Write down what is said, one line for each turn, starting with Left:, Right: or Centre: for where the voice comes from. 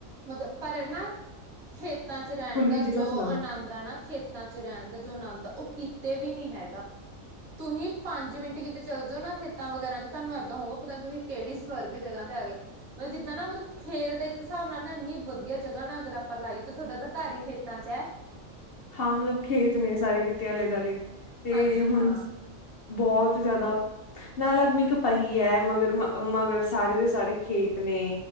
Right: ਮਤਬ ਪਰ ਨਾ ਖੇਤਾਂ 'ਚ ਰੈਂਣ
Left: ਖੁੱਲੀ
Right: ਦਾ
Left: ਜਗ੍ਹਾ
Right: ਜੋ
Left: 'ਚ ਲਾਓ
Right: ਆਨੰਦ ਦਾ ਨਾ ਖੇਤਾਂ 'ਚ ਰੈਣ ਦਾ ਜੋ ਆਨੰਦ ਓ ਕੀਤੇ ਵੀ ਨੀ ਹੈਗਾ। ਤੁੰਹੀ ਪੰਜ ਮਿੰਟ ਕਿਤੇ ਚੱਲ ਜਾਓ ਨਾ ਖੇਤਾਂ ਵਗੈਰਾ 'ਚ ਤਾਂਨੂੰ ਐਦਾਂ ਹੋਊਗਾ ਪਤਾ ਨੀ ਤੁਹੀ ਕੇੜੀ ਸਵਰਗ ਜਗ੍ਹਾ ਤੇ ਆ ਗੇ ਓ ਜਿੱਦਾਂ ਨਾ ਮਤਬ ਖੇਤ ਦੇ ਇੱਕ ਸਾਬ ਨਾਲ ਐਨੀ ਵਧੀਆ ਜਗਾ ਨਾ ਅਗਰ ਆਪਾਂ ਲਾਈਏ ਤੇ ਤੁਆਡਾ ਤਾਂ ਘਾਰ ਈ ਖੇਤਾਂ 'ਚ ਐ।
Left: ਹਾਂ ਮਤਲਬ ਖੇਤ ਨੇ ਸਾਰੇ ਕਿਤੇ ਆਲੇ ਦੁਆਲੇ ਤੇ
Right: ਹਾਂਜੀ
Left: ਹੁਣ
Right: ਹਾਂ
Left: ਬੋਤ ਜਾਦਾ ਨਾਲ ਅਗਮੀ ਕ ਪਈ ਐ ਮਗਰ ਮ ਅ ਮਗਰ ਸਾਰੇ ਦੇ ਸਾਰੇ ਖੇਤ ਨੇ।